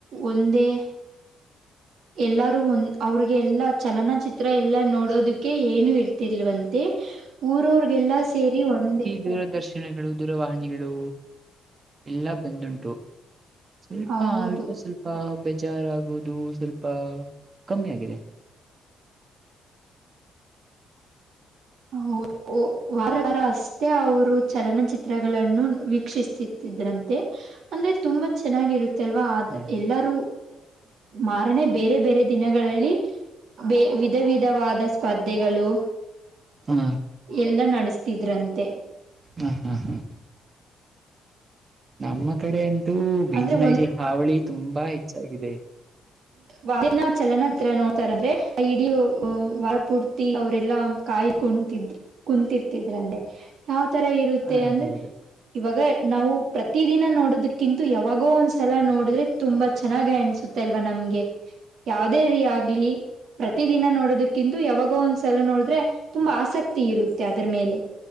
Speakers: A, on the right; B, on the right.
A: ಒಂದೇ. ಎಲ್ಲಾರೂ ಒಂದ ಅವ್ರಿಗೆಲ್ಲಾ ಚಲನಚಿತ್ರ ಎಲ್ಲಾ ನೋಡೋದಕ್ಕೆ ಏನು ಇರ್ತಿಲ್ವಂತೆ. ಊರವ್ರಗೆಲ್ಲಾ ಸೇರಿ ಒಂದೇ.
B: ದೇವದರ್ಶ್. ದಿನಗಳು ದೂರವಹಿನಿಗಳು ಎಲ್ಲಾ ಬಂದಂಟು. ಸ್ವಲ್ಪ
A: ಹೌದು
B: ಅಲ್ಪ ಸ್ವಲ್ಪ ಬೇಜಾರಾಗೋದು ಸ್ವಲ್ಪ ಕಮ್ಮಿ ಆಗಿದೆ.
A: ಹ ವಾರ ವಾರ ಅಷ್ಟೇ ಅವರು ಚಲನಚಿತ್ರಗಳನ್ನು ವೀಕ್ಷಿಸ್ತಿ. ಇದ್ರಂತೆ ಅಂದ್ರೆ ತುಂಬಾ ಚೆನ್ನಾಗಿರುತ್ತೆ ಅಲ್ವಾ ಆದ
B: ಹ
A: ಎಲ್ಲಾರೂ. ಮಾರನೆ ಬೇರೆ ಬೇರೆ ದಿನಗಳಲ್ಲಿ. ವಿಧ ವಿಧವಾದ ಸ್ಪರ್ಧೆಗಳು.
B: ಹ
A: ಎಲ್ಲ ನೆಡೆಸ್ತಿದ್ರಂತೆ.
B: ಹ್ಮ್ ಹ್ಮ್ ಹ್ಮ್. ನಮ್ಮ ಕಡೆ ಅಂತು ಬೀದಿ
A: ಅಂದ್ರೆ
B: ನಾಯಿಗಳ
A: ಒಂದ್
B: ಹಾವಳಿ ಅಂತು ತುಂಬಾ ಹೆಚ್ಚಾಗಿದೆ.
A: ವಾರ ಚಲನಚಿತ್ರ ನೋಡ್ತಾರೆ ಅಂದ್ರೆ ಇಡೀ ಈಗ್ಲೂ ವಾರ ಪೂರ್ತಿ ಅವರೆಲ್ಲಾ. ಕಾಯ್ ಕುಂತಿದ್ ಕುಂತರ್ತಿದ್ರಂದ್ರ ಯಾವ್ ತರ ಇರುತ್ತೆ
B: ಹೌದೌದು
A: ಅಂದ್ರೆ. ಇವಾಗ ನಾವು ಪ್ರತಿದಿನ ನೋಡೋದಕ್ಕಿಂತ ಯಾವಾಗೋ ಒಂದ್ಸಲ ನೋಡಿದ್ರೆ ತುಂಬಾ ಚೆನ್ನಾಗ ಅನ್ಸುತೆ ಅಲ್ವಾ. ನಮಗೆ ಯಾವದೇರ ಆಗ್ಲಿ ಪ್ರತಿದಿನ ನೋಡೋದಕ್ಕಿಂದು ಯಾವಾಗೋ ಒಂದು. ಎಲ್ಲ ನೋಡಿದ್ರೆ ತುಂಬಾ ಆಸಕ್ತಿ ಇರುತ್ತೆ ಅದ್ರ ಮೇಲೆ.